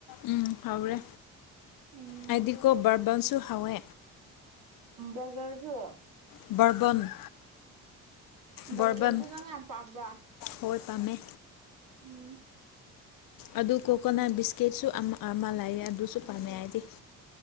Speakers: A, on the left; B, on the right.
A: ꯎꯝ ꯍꯧꯔꯦ
B: ꯎꯝ
A: ꯍꯥꯏꯗꯤꯀꯣ ꯕꯔꯔꯕꯟꯁꯨ ꯍꯧꯋꯦ
B: ꯒꯔꯁꯨ
A: ꯕꯔꯕꯟ
B: ꯎꯝ
A: ꯕꯔꯕꯟ
B: ꯔꯒꯣꯟꯁꯨ ꯅꯉꯥꯏ ꯌꯥꯝ ꯄꯥꯕ꯭ꯔ
A: ꯍꯣꯏ ꯄꯥꯝꯃꯦ
B: ꯎꯝ
A: ꯑꯗꯨ ꯀꯣꯀꯣꯅꯠ ꯕꯤꯁꯀꯤꯠꯁꯨ ꯑꯃ ꯂꯩ ꯑꯗꯨꯁꯨ ꯄꯥꯝꯃꯦ ꯍꯥꯏꯗꯤ